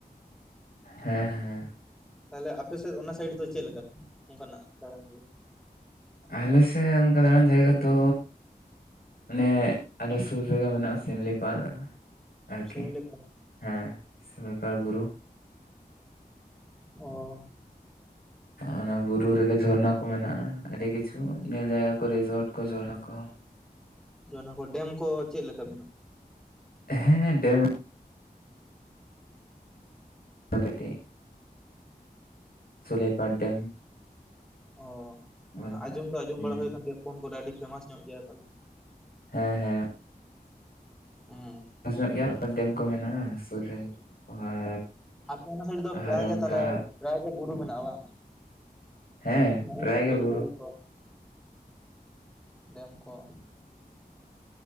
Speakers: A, on the left; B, in the centre.
A: ᱦᱮᱸ ᱦᱮᱸ
B: ᱛᱟᱦᱚᱞᱮ ᱟᱯᱮᱮᱥᱮᱫ ᱚᱱᱟ ᱥᱟᱭᱤᱰ ᱫᱚ ᱪᱮᱫ ᱞᱮᱠᱟ᱾ ᱚᱱᱠᱟᱱᱟᱜ ᱫᱟᱬᱟᱱ
A: ᱟᱞᱮ ᱥᱮᱫ ᱚᱱᱠᱟ ᱫᱟᱬᱟᱱ ᱡᱟᱭᱜᱟ ᱛᱚ᱾ ᱚᱱᱮ ᱟᱞᱮ ᱥᱩᱨ ᱨᱮᱜᱮ ᱢᱮᱱᱟᱜᱼᱟ ᱥᱤᱢᱞᱤᱯᱟᱞ ᱾ ᱟᱨᱠᱤ
B: ᱥᱤᱢᱞᱤ ᱠᱚ
A: ᱦᱮᱸ ᱥᱤᱢᱞᱤᱯᱟᱞ ᱵᱩᱨᱩ᱾
B: ᱚᱻ
A: ᱚᱱᱟ ᱵᱩᱨᱩ ᱨᱮᱜᱮ ᱡᱷᱚᱨᱱᱟᱹ ᱠᱚ ᱢᱮᱱᱟᱜᱼᱟ ᱟᱹᱰᱤ ᱠᱤᱪᱷᱩ ᱧᱮᱞ ᱡᱟᱹᱭᱜᱟᱠᱚ ᱨᱤᱡᱚᱴ ᱠᱚ ᱡᱷᱚᱨᱱᱟ ᱠᱚ᱾
B: ᱚᱱᱟ ᱠᱚ ᱰᱮᱢ ᱠᱚ ᱪᱮᱫ ᱞᱮᱠᱟ ᱢᱮᱱᱟᱜᱼᱟ
A: ᱦᱮᱸ ᱰᱮᱢ ᱟᱯᱮ ᱴᱷᱮᱡ ᱥᱩᱞᱟᱹᱭ ᱯᱟᱲ ᱰᱮᱢ᱾
B: ᱚᱻ
A: ᱢᱮᱱᱛᱮ
B: ᱟᱸᱡᱚᱢ ᱫᱚ ᱟᱸᱡᱚᱢ
A: ᱦᱩᱸ
B: ᱵᱟᱲᱟᱹ ᱦᱩᱭ ᱟᱠᱟᱱ ᱜᱮᱭᱟ ᱯᱷᱳᱱ ᱠᱚᱨᱮ ᱟᱹᱰᱤ ᱯᱷᱮᱢᱟᱥ ᱧᱚᱜ ᱜᱮᱭᱟ ᱛᱟᱦᱚᱞᱮ᱾
A: ᱦᱮᱸ ᱦᱮᱸ
B: ᱦᱩᱸ
A: ᱧᱚᱜ ᱜᱮᱭᱟ ᱰᱮᱢ ᱠᱚ ᱢᱮᱱᱟᱜᱼᱟ ᱥᱩᱨ ᱨᱮ ᱟᱨ
B: ᱟᱯᱮ ᱚᱱᱟ ᱥᱟᱭᱤᱰ ᱫᱚ
A: ᱟᱨ
B: ᱯᱨᱟᱭ
A: ᱚᱱᱠᱟ
B: ᱜᱮ ᱛᱟᱦᱚᱞᱮ ᱯᱨᱟᱭ ᱜᱮ ᱵᱩᱨᱩ ᱢᱮᱱᱟᱜᱼᱟ ᱵᱟᱝ?
A: ᱦᱮᱸ
B: ᱵᱤᱨ
A: ᱯᱨᱟᱭ ᱜᱮ
B: ᱵᱤᱨᱵᱩᱨᱩ
A: ᱵᱩᱨᱩ
B: ᱠᱚ᱾ ᱰᱮᱢ ᱠᱚᱻ᱾